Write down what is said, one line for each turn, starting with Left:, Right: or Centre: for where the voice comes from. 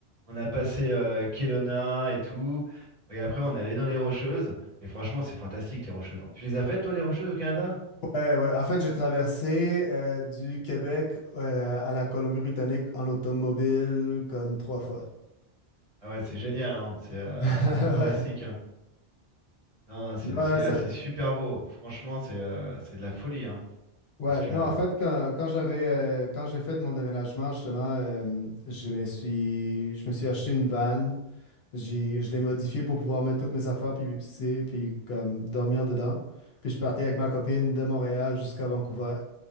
Right: on a passé euh, Kelowna et tout. Et après, on est allé dans les Rocheuses. Et franchement, c'est fantastique les Rocheuses. hein. Tu les as faites, toi, les Rocheuses au Canada?
Left: Ouais, ouais. En fait, j'ai traversé euh, du Québec euh, à la Colombie-Britannique en automobile comme trois fois.
Right: Ah ouais, c'est génial, hein. C'est euh,
Left: <laughs> Ouais.
Right: c'est fantastique. hein. Non, c'est
Left: Ouais,
Right: c'est-
Left: ça-
Right: ah, c'est super beau. Franchement, c'est euh, c'est de la folie, hein.
Left: ouais.
Right: Parce que.
Left: Non, en fait, quand, quand j'avais euh, quand j'ai fait mon déménagement, justement, euh, je me suis je me suis acheté une van. J'ai, je l'ai modifiée pour pouvoir mettre toutes mes affaires puis, c'est- puis comme dormir dedans. Puis je partais avec ma copine de Montréal jusqu'à Vancouver.